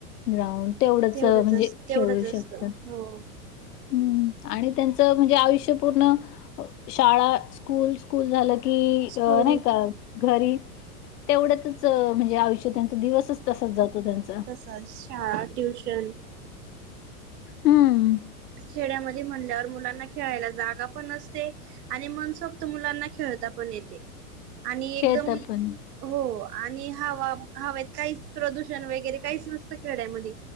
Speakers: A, on the left (about 80°); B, on the right (about 90°).
A: राहून तेवढंच
B: तेवढच
A: म्हणजे
B: अस
A: खेळू
B: तेवढंच
A: शकतात.
B: असत हो.
A: हम्म आणि त्यांचं म्हणजे आयुष्य पूर्ण शाळा, स्कूल स्कूल झालं की
B: स्कूल
A: अ नाही का घरी. तेवढ्यातच म्हणजे आयुष्य त्यांचा दिवसच तसाच जातो त्यांचा.
B: ब शाळा ट्यूशन
A: हम्म.
B: खेड्यामध्ये म्हणल्यावर मुलांना खेळायला जागा पण नसते. आणि मनसोक्त मुलांना खेळता पण येते आणि एकदम
A: खेळतात पण
B: हो आणि हवा हवेत काहीच प्रदूषण वगैरे काहीच नसतं खेड्यामध्ये.